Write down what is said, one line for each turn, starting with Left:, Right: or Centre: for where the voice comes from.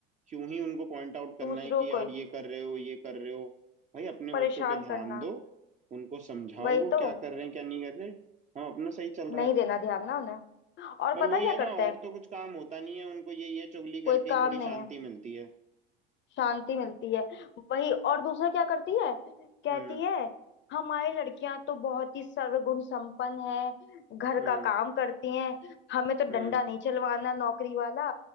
Right: क्यों ही उनको पॉइंट आउट करना
Left: दूसरों
Right: है कि यार
Left: को
Right: ये कर रहे हो ये कर रहे हो भाई अपने
Left: परेशान
Right: बच्चों पे ध्यान
Left: करना
Right: दो उनको समझाओ
Left: वही
Right: वो
Left: तो
Right: क्या कर रहे हैं क्या नहीं कर रहे हाँ अपना सही चल रहा
Left: नहीं
Right: है
Left: देना ध्यान ना उन्हें और
Right: पर
Left: पता
Right: वही
Left: है क्या
Right: है ना
Left: करते हैं
Right: और तो कुछ काम होता नहीं है उनको ये ये चुगली करके
Left: कोई
Right: ही
Left: काम
Right: थोड़ी
Left: नहीं
Right: शांति
Left: है
Right: मिलती है
Left: शांति मिलती है वही और दूसरा क्या करती है कहती
Right: हम्म
Left: है हमारी लड़कियां तो बहुत ही सर्वगुण संपन्न है घर
Right: हम्म
Left: का काम करती हैं हमें तो
Right: हम्म
Left: डंडा नहीं चलवाना नौकरी वाला